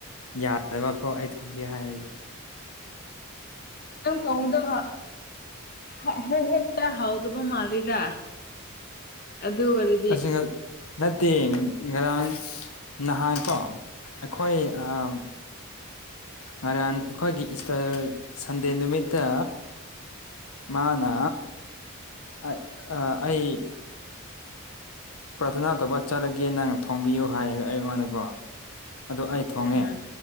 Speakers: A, on the left; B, on the left.
A: ꯌꯥꯗꯕꯀꯣ ꯑꯩ ꯊꯣꯡꯒꯦ ꯍꯥꯏꯔꯤ꯫
B: ꯅꯪ ꯊꯣꯡꯕꯗꯣ ꯍꯦꯛ ꯍꯦꯛꯇ ꯍꯥꯎꯇꯕ ꯃꯥꯜꯂꯤꯗ꯫ ꯑꯗꯨ ꯋꯥꯔꯤ
A: ꯑꯁꯤ ꯅꯠꯇꯦ ꯉꯔꯥꯡ ꯅꯍꯥꯟ ꯀꯣ ꯑꯩꯈꯣꯏ ꯑꯥ ꯉꯔꯥꯟ ꯑꯩꯈꯣꯏꯒꯤ ꯏꯁꯇꯔ ꯁꯟꯗꯦ ꯅꯨꯃꯤꯠꯇ ꯃꯥꯅꯥ ꯑ ꯑꯩ ꯄ꯭ꯔꯊꯅꯥ ꯇꯧꯕ ꯆꯠꯂꯒꯦ ꯅꯪꯅ ꯊꯣꯡꯕꯤꯌꯨ ꯍꯥꯏꯔꯒ ꯑꯩꯉꯣꯟꯗ ꯑꯗꯨ ꯑꯩ ꯊꯣꯡꯉꯦ
B: ꯎꯝ ꯎꯝ